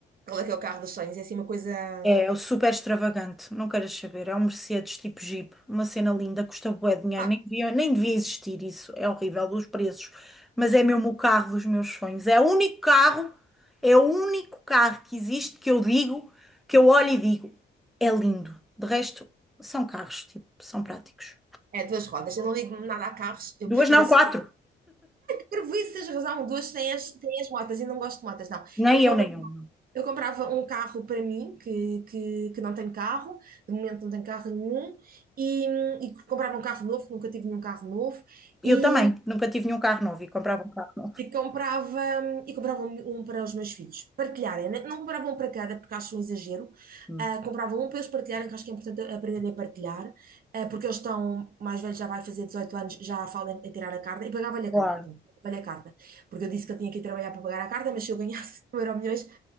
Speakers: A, on the right (about 45°); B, in the centre.
A: aquele que é o carro dos sonhos, é assim uma coisa.
B: É, é o super extravagante, não queres saber. É um Mercedes tipo Jeep, uma cena linda, custa bué de dinheiro,
A: Ah,
B: nem devia, nem devia existir isso. É horrível os preços, mas é mesmo o carro dos meus sonhos. É o único carro, é o único carro que existe que eu digo, que eu olho e digo, é lindo. De resto, são carros, tipo, são práticos.
A: é duas rodas. Eu não ligo nada a carros, eu
B: Duas,
A: prefiro
B: não,
A: assim.
B: quatro.
A: Prejuízo, tens razão, duas têm as, têm as motas e não gosto de motas, não.
B: Nem
A: Eu compro.
B: eu, nem eu. não.
A: Eu comprava um carro para mim, que, que, que não tenho carro, de momento não tenho carro nenhum, e, e comprava um carro novo, nunca tive nenhum carro novo,
B: Eu
A: e,
B: também, nunca tive nenhum carro novo e comprava um carro novo.
A: e comprava, e comprava um, um para os meus filhos partilharem. né? Não comprava um para cada, porque acho um exagero,
B: Hum,
A: ah, comprava um para eles partilharem, que acho que é importante aprenderem a partilhar, ah, porque eles estão, mais velhos já vai fazer 18 anos, já falam em tirar a carta, e pagava-lhe a
B: Claro.
A: carta, pronto, pagava-lhe a carta, porque eu disse que eu tinha que ir trabalhar para pagar a carta, mas se eu ganhasse <laughs> 1 euro milhões,